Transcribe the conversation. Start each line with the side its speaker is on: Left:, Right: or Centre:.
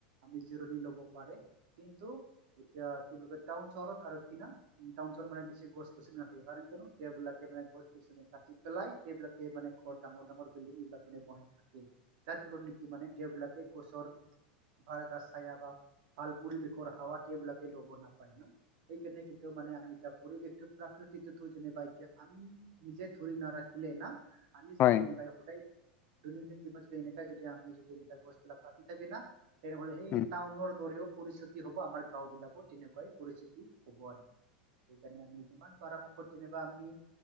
Right: আমি জিৰণি ল'ব পাৰে কিন্তু এতিয়া কি বুলি কয় টাউন চহৰত আৰু কিনা টাউন চহৰ মানে বেছি গছ গছনি নাথাকে কাৰণ কোনো তেওবিলাকে মানে গছ গছনি কাতি পেলাই গোটেইবিলাকে মানে ঘৰ ডঙৰ ডাঙৰ বিল্ডিং এইবিলাকে বনাই থাকে যাৰ ফলত নিকি মানে তেওঁবিলাকে গছৰ হয়টা চায়া বা ভাল পৰিবেশৰ হাৱা তেওবিলাকে ল'ব নাপায় না সেইকাৰণে কিন্তু মানে নিজা পৰিবেশটো প্ৰাকৃতিটো তো যেনিবা এতিয়া আমি নিজে ধৰি নাৰাখিলে না আমি যদি
Left: হয় হয়
Right: এনেকাই সদায় দৈনন্দিন দিনত যদি এনেকাই যদি আমি যদি এনেকা গছবিলাক কাটি থাকে না তেনেহলে সেই
Left: উম
Right: টাউনৰ দৰেও পৰিস্থিতি হব আমাৰ গাও বিলাকৰ তেনেকুৱাই পৰিস্থিতি হব আৰু কি সেইকাৰণে আমি যিমান পাৰাপক্ষত যেনিবা আমি